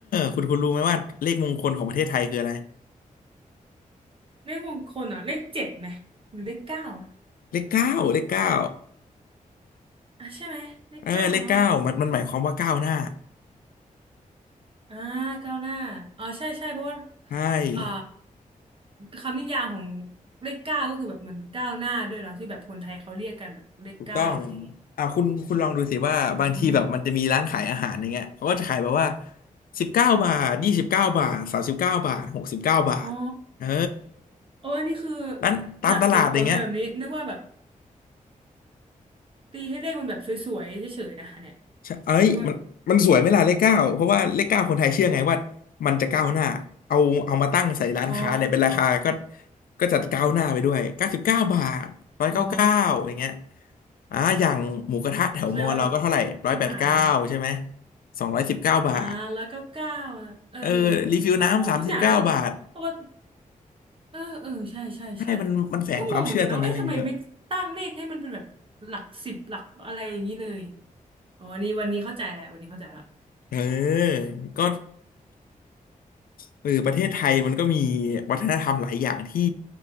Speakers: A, on the left; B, on the right.
A: คุณคุณรู้ไหมว่าเลขมงคลของประเทศไทยคืออะไร
B: เลขมงคลเอ่ะเลขเจ็ดไหมหรือเลขเก้าอ่ะ
A: เลขเก้าเลขเก้า
B: อ่ะใช่ไหมเลขเก้าเนาะ
A: เออเลขเก้ามันมันหมายความว่าก้าวหน้า
B: อ่าเก้าวหน้าอ๋อใช่ใช่เพราะว่า
A: ใช่
B: อ่าคำนิยามของเลขเก้าก็คือแบบเหมือนก้าวหน้าด้วยเนาะที่แบบคนไทยเขาเรียกกันแบบเลขเก้าอะไรอย่างงี้
A: ถูกต้องอ่าคุณคุณลองดูสิว่าบางทีแบบมันจะมีร้านขายอาหารอย่างเงี้ยเขาก็จะขายแบบว่า
B: อืม
A: สิบเก้าบาทยี่สิบเก้าบาทสามสิบเก้าบาทหกสิบเก้าบาทเออ
B: อ๋อโออันนี้คือ
A: ร้านตามตลาดอย่างเงี้ย
B: หลักเหตุผลเป็นแบบนี้นึกว่าแบบตีให้เลขมันแบบสวยๆเฉยๆนะเนี่ย
A: ใช่เอ้ยมันมันสวยไหมล่ะเลขเก้าเพราะว่าเลขเก้าคนไทยเชื่อไงว่า
B: นึกว่าแบบ
A: มันจะก้าวหน้า เอาเอามาตั้งใส่ร้านค้าเนี่ยเป็นราคาก็
B: อ๋อ
A: ก็จะก้าวหน้าไปด้วยเก้าสิบเก้าบาทร้อยเก้าเก้าอย่างเงี้ย
B: อ๋อ
A: อ่าอย่างหมูกระทะแถวมอเราก็เท่าไหร่ร้อยแปดเก้าใช่ไหม
B: อ๋อแสดงว่าแบบที่มามี
A: สองร้อยสิบเก้าบาท
B: อ่าแล้วเก้าเก้าเออ
A: เออรีฟิลน้ำสามสิบเก้าบาท
B: อ๋อทุกอย่างเออปกติเออเออใช่ใช่ใช่
A: ให้มันมันแฝงความเชื่อตรงนี้ไว้เยอะ
B: ก็งงเหมือนกันนะว่าเอ๊ะทำไมไม่ตั้งเลขให้มันเป็นแบบหลักสิบหลักอะไรอย่างนี้เลยอ๋อวันนี้วันนี้เข้าใจแหละวันนี้เข้าใจละ
A: เออก็ เออประเทศไทยมันก็มีวัฒนธรรมหลายอย่างที่